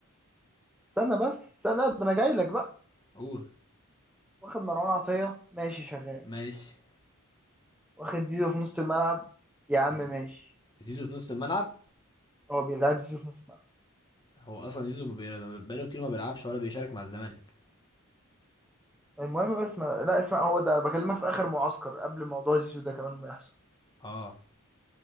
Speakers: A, in the centre; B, on the left.
A: استنى بس استنى ده انا جاي لك بقى
B: هو
A: واخد مروان عطية ماشي شغال
B: ماشي
A: واخد زيزو في نص الملعب يا عم
B: ز-
A: ماشي
B: زيزو في نص الملعب
A: هو بيلعب زيزو في نص الملعب
B: هو اصلا زيزو ما بي- ما بقاله كتير ما بيلعبش ولا بيشارك مع الزمالك
A: المهم بس ما... لا اسمع هو ده بكلمك في اخر معسكر قبل موضوع زيزو ده كمان ما يحصل
B: اه